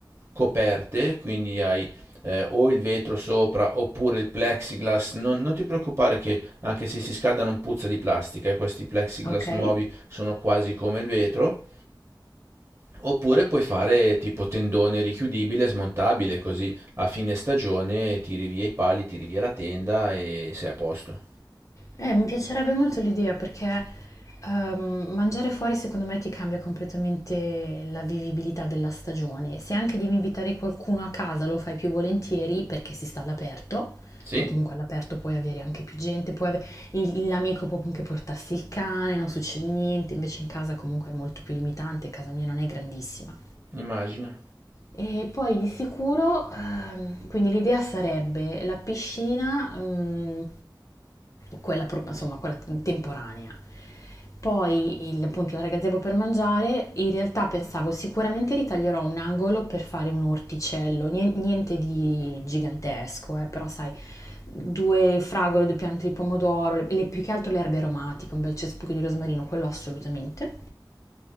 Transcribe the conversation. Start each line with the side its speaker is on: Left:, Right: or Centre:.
Right: coperte, quindi hai eh, o il vetro sopra oppure il plexiglass. Non, non ti preoccupare che anche se si scalda non puzza di plastica, eh, questi plexiglass
Left: Okay.
Right: nuovi sono quasi come il vetro. Oppure puoi fare tipo tendone richiudibile, smontabile, così a fine stagione tiri via i pali, tiri via la tenda e sei a posto.
Left: Eh, mi piacerebbe molto l'idea perché ehm, mangiare fuori secondo me ti cambia completamente la vivibilità della stagione. Se anche devi invitare qualcuno a casa lo fai più volentieri perché si sta all'aperto,
Right: Sì?
Left: che comunque all'aperto puoi avere anche più gente, puoi ave- il- l'amico può anche portarsi il cane, non succede niente, invece in casa comunque è molto più limitante, casa mia non è grandissima.
Right: Immagino.
Left: E poi di sicuro, ehm, quindi l'idea sarebbe la piscina, mm, quella, pro- insomma, quella temporanea. Poi il, appunto l'area gazebo per mangiare, in realtà pensavo sicuramente ritaglierò un angolo per fare un orticello, nien- niente di gigantesco, eh, però sai, due fragole, due piante di pomodoro, le, le- più che altro le erbe aromatiche, un bel cespuglio di rosmarino, quello assolutamente.